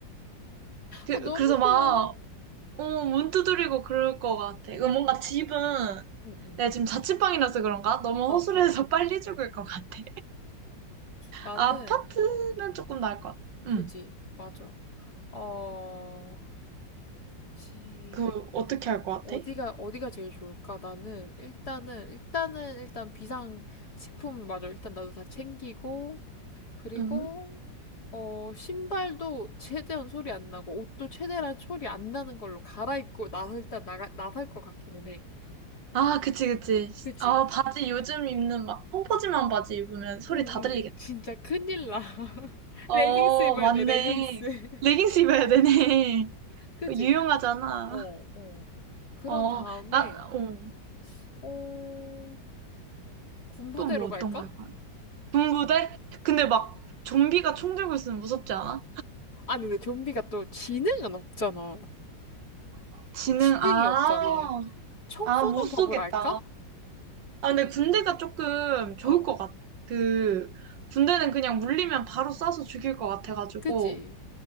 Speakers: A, on the right; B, on the left.
A: 그,
B: 아, 너무
A: 그래서
B: 싫어.
A: 막, 어, 문 두드리고 그럴 것 같아. 이거 뭔가 집은,
B: 응, 응.
A: 내가 지금 자취방이라서 그런가? 너무
B: 어,
A: 허술해서
B: 어.
A: <laughs> 빨리 죽을 것 같아.
B: 나는,
A: 아파트면 조금 나을 것 같아.
B: 그지.
A: 응.
B: 맞아. 어, 집,
A: 그, 어떻게 할 것
B: 어디가,
A: 같아?
B: 어디가 제일 좋을까? 나는, 일단은, 일단은, 일단 비상식품, 맞아. 일단 나도 다 챙기고, 그리고,
A: 응.
B: 어, 신발도 최대한 소리 안 나고, 옷도 최대한 소리 안 나는 걸로 갈아입고, 나서 일단 나가, 나설 것 같기는 해.
A: 아, 그치, 그치.
B: 그지?
A: 아, 바지 요즘 입는 막 펑퍼짐한 바지 입으면 소리
B: 응,
A: 다 들리겠다.
B: 응. <laughs> 진짜 큰일 나. <laughs>
A: 어,
B: 레깅스 입어야
A: 맞네.
B: 돼, 레깅스.
A: 레깅스 입어야 되네.
B: 그지?
A: <laughs> 유용하잖아.
B: 어, 어. 그런
A: 어,
B: 다음에,
A: 나, 어.
B: 어, 군부대로
A: 또 뭐 어떤
B: 갈까?
A: 거해요 군부대? 근데 막 좀비가 총 들고 있으면 무섭지 않아?
B: 아니, 근데 좀비가 또 지능은 없잖아.
A: 지능,
B: 지능이
A: 아,
B: 없잖아. 총
A: 아,
B: 쏘는
A: 못 쏘겠다.
B: 법을 알까?
A: 아, 근데 군대가 조금 좋을
B: 어,
A: 것 같아. 그, 군대는 그냥 물리면 바로 쏴서 죽일 것 같아가지고,
B: 그지?